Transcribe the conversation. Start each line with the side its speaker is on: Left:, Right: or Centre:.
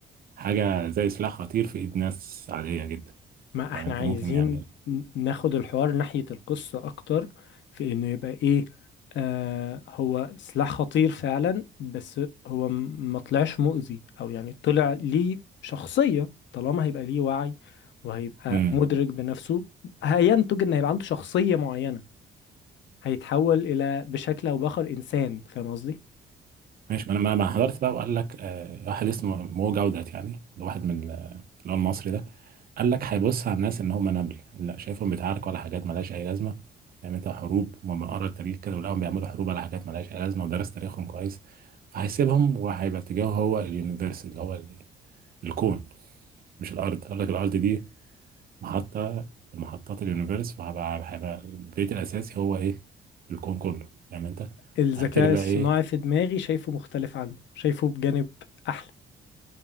Right: حاجه زي سلاح خطير في ايد ناس عاديه جدا
Left: ما احنا
Right: فاهم انت
Left: عايزين
Right: ممكن يعني
Left: ن- ناخد الحوار ناحية القصة أكتر في إنه يبقى إيه آه هو سلاح خطير فعلا بس هو م- ما طلعش مؤذي أو يعني طلع ليه شخصية طالما هيبقى ليه وعي وهيبقى
Right: امم
Left: مدرك بنفسه هينتج إن هيبقى عنده شخصية معينة هيتحول إلى بشكل أو بآخر إنسان فاهم قصدي؟
Right: ماشي ما انا ما ما حضرت بقى وقال لك آه واحد اسمه مو جودت يعني ده واحد من ال- اللي هو المصري ده قال لك هيبص على الناس ان هم نمل لا شايفهم بيتعاركوا على حاجات ملهاش اي لازمه فاهم انت حروب وما قرا التاريخ كده ولقاهم بيعملوا حروب على حاجات ملهاش اي لازمه ودرس تاريخهم كويس فهيسيبهم وهيبقى اتجاهه هو اليونيفرس اللي هو ال- الكون مش الارض قال لك الارض دي محطه من محطات اليونيفرس وهبقى هيبقى البيت الاساسي هو ايه الكون كله فاهم انت
Left: الذكاء
Right: هبتدي بقى
Left: الصناعي
Right: ايه
Left: في دماغي شايفه مختلف عنه شايفه بجانب أحلى